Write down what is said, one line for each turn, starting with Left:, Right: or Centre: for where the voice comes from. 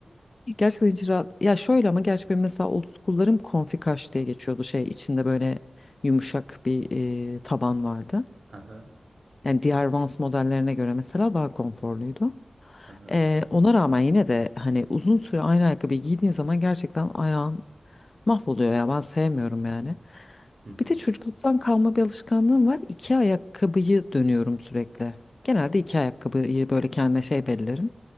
Left: Gerçekten hiç rahat. Ya şöyle ama gerçi benim mesela old school'larım konfikaş diye geçiyordu şey içinde böyle yumuşak bir e, taban vardı.
Right: Hı hı,
Left: Yani diğer Vans modellerine göre mesela daha konforluydu.
Right: hı hı.
Left: E, ona rağmen yine de hani uzun süre aynı ayakkabıyı giydiğin zaman gerçekten ayağın mahvoluyor ya ben sevmiyorum yani.
Right: Hı hı,
Left: Bir de çocukluktan kalma bir alışkanlığım var. İki ayakkabıyı dönüyorum sürekli. Genelde iki ayakkabıyı böyle kendime şey belirlerim.